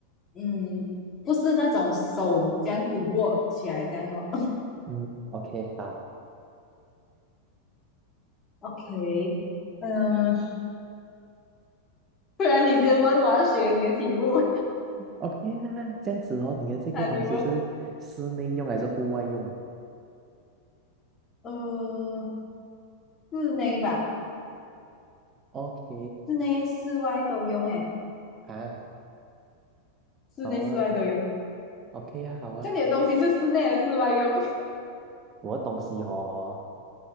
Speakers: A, on the left; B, on the right.
A: 嗯，不是那种手这样子握起来这样哦。<laughs>
B: 嗯，OK，好
A: OK，嗯、不然你先问，我要学你的题目。
B: ，OK 啦。这样子哦，你的这个东西是室内用还是户外用啊
A: <laughs> 那你问，呃，室内吧，
B: ？OK，
A: 室内室外都用诶。
B: 啊，
A: 室内、
B: 好啊。
A: 室外都用。
B: OK 啊，好啊，
A: 这里的东西是室内还是室外用？
B: 我的东西哦，